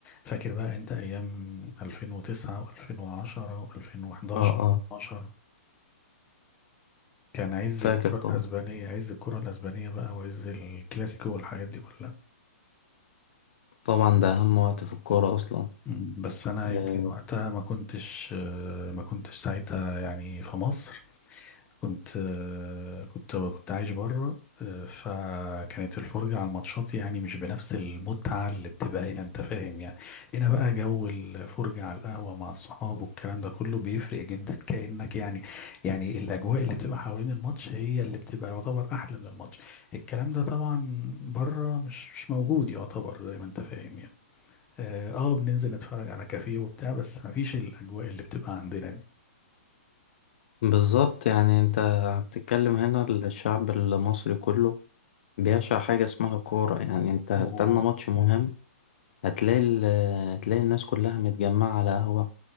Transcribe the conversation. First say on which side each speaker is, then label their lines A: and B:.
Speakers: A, on the left; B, on the left.
A: فاكر بقى انت ايام 2009 و2010 و2011
B: اه اه
A: و12 كان عز
B: فاكر
A: الكرة
B: طبعا
A: الاسبانية عز الكرة الاسبانية بقى وعز الكلاسيكو والحاجات دي كلها
B: طبعا ده أهم وقت في الكورة أصلا
A: أمم، بس انا
B: آه
A: يمكن وقتها ما كنتش آه، ما كنتش ساعتها يعني في مصر كنت آه، كنت كنت عايش بره آه، فكانت الفرجة على الماتشات يعني مش بنفس المتعة اللي بتبقى هنا انت فاهم يعني هنا بقى جو الفرجة على القهوة مع الصحاب والكلام ده كله بيفرق جدا كأنك يعني يعني الأجواء اللي بتبقى حوالين الماتش هي اللي بتبقى يعتبر أحلى من الماتش الكلام ده طبعا بره مش مش موجود يعتبر زي ما انت فاهم يعني اه آه، بننزل نتفرج على كافيه وبتاع بس مفيش الأجواء اللي بتبقى عندنا دي
B: بالظبط يعني انت بتتكلم هنا الشعب المصري كله بيعشق حاجة اسمها كورة يعني انت هستنى
A: و...
B: ماتش مهم هتلاقي ال... هتلاقي الناس كلها متجمعة على قهوة